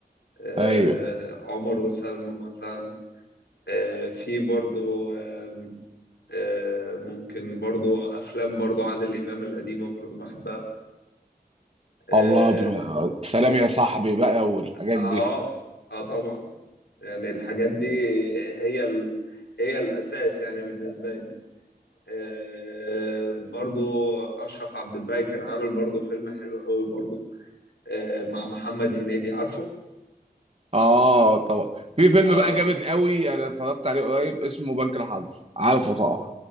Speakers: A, on the left; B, on the right.
A: آه،
B: ايوه
A: عمر وسلمى مثلا آه، في برضه آم، آه، ممكن برضه افلام برضه عادل امام القديمة برضه بحبها آه،
B: الله تبقى سلام يا صاحبي بقى والحاجات
A: اه
B: دي
A: اه طبعا يعني الحاجات دي هي ال... هي الاساس يعني بالنسبه لي آه برضو اشرف عبد الباقي كان عامل برضو فيلم حلو قوي برضو آه مع محمد هنيدي عارفه
B: اه طبعا في فيلم
A: اه
B: بقى جامد قوي انا اتفرجت عليه قريب اسمه بنك الحظ عارفه طبعا